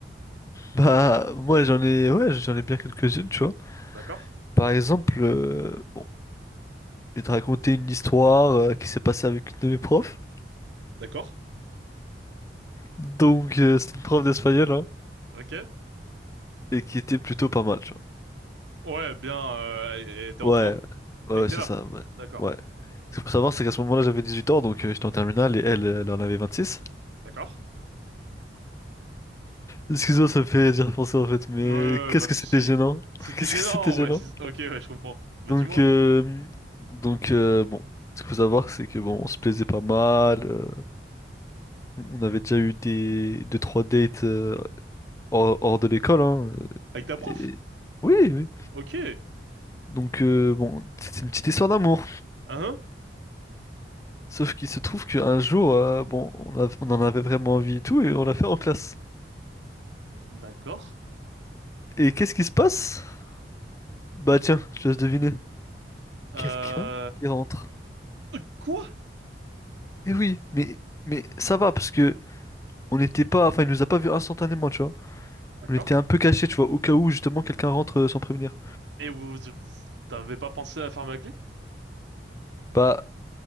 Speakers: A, on the left; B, on the right.
A: Bah, moi, j'en ai. Ouais, j'en ai bien quelques-unes, tu vois.
B: D'accord?
A: Par exemple, euh, bon, je vais te raconter une histoire euh, qui s'est passée avec une de mes profs.
B: D'accord?
A: Donc, euh, c'est une prof d'espagnol, hein,
B: Ok.
A: et qui était plutôt pas mal, tu
B: Ouais, bien, euh, elle elle était
A: vois.
B: en forme.
A: Ouais, ouais,
B: Elle
A: ouais,
B: était
A: c'est
B: là.
A: ça. Ouais.
B: D'accord.
A: ouais. Ce qu'il faut savoir, c'est qu'à ce moment-là, j'avais 18 ans, donc euh, j'étais en terminale, et elle, euh, elle en avait 26.
B: D'accord?
A: Excuse-moi, ça me fait dire <laughs> penser, en fait, mais
B: Ouais,
A: qu'est-ce
B: pas de
A: que
B: souci.
A: c'était gênant?
B: C'était
A: <laughs> Qu'est-ce
B: gênant,
A: que c'était gênant?
B: ouais. c'est- Ok, ouais, je comprends. Bah,
A: Donc,
B: dis-moi.
A: euh, donc euh, bon, ce qu'il faut savoir, c'est que bon, on se plaisait pas mal. euh, on avait déjà eu des deux trois dates euh, hors, hors de l'école, hein.
B: Avec ta prof?
A: Et- Oui, oui.
B: Ok.
A: Donc, euh, bon, c'est une petite histoire d'amour.
B: Hein?
A: Sauf qu'il se trouve qu'un jour, euh, bon, on a- on en avait vraiment envie et tout, et on l'a fait en classe.
B: D'accord.
A: Et qu'est-ce qui se passe? Bah tiens, je te laisse deviner.
B: Euh...
A: Quelqu'un qui rentre.
B: euh, Quoi?
A: Eh oui, mais, mais ça va, parce que on n'était pas... Enfin, il nous a pas vus instantanément, tu vois.
B: D'accord.
A: On était un peu cachés, tu vois, au cas où, justement, quelqu'un rentre euh, sans prévenir.
B: Et vous, vous- vous- t'avais pas pensé à faire ma clé?
A: Bah,